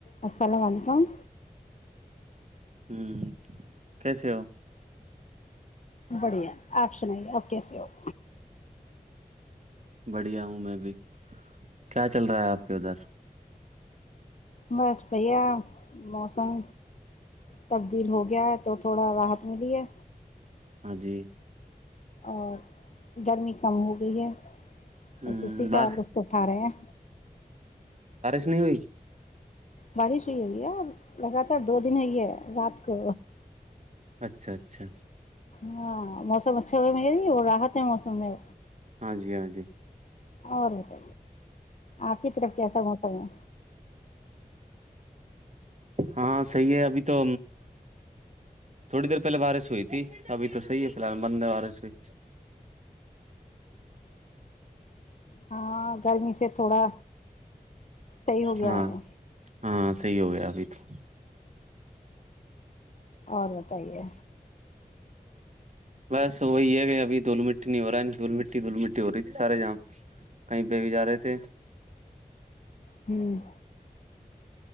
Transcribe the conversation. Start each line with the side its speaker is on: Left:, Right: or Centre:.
Left: ا <unintelligible> سسلام علیکم
Right: ہ کیسے ہو <unintelligible>
Left: بڑھیا آپشن ہے اوکے س اوک
Right: بڑھیا ہوں میں بھی کیا چل رہا ہے آپ کے ادھر
Left: بس بھیا موسم تبدیل ہو گیا ہے تو تھوڑا راحت ملی ہے
Right: ہاں جی
Left: اور گرمی کم ہو گئی ہے
Right: ہ
Left: اشی چا
Right: بار
Left: رفر اٹھا رہے ہیں
Right: س
Left: بارش ہوئی ہے بھیا لگاتار دو دن ہو ہے رات کو
Right: اچھا اچھا
Left: ہاں موسم اچھا ہوئے م جی وہ راحت ہے موسم میں
Right: ہاں جی ہاں جی
Left: اور بت آپ کی طرف کیسا موسم ہے
Right: ہاں صحیح ہے ابھی تو تھوڑی دیر پہلے بارش ہوئی تھی ابھی تو صحیح ہے فی الحال مند ہے بارش ہوئی
Left: ہاں گرمی سے تھوڑا صحیح ہو گیا
Right: ہاں
Left: ہے
Right: ہاں صحیح ہو گیا ابھی تو
Left: اور بتائیے
Right: بس وہی ہے کہ ابھی دھول مٹی نہیں ہو رہا ہے دھول مٹی دھول مٹی ہو رہی تھی سارے جام کہیں پہ بھی جا رہے تھے <inaudible>
Left: ہوں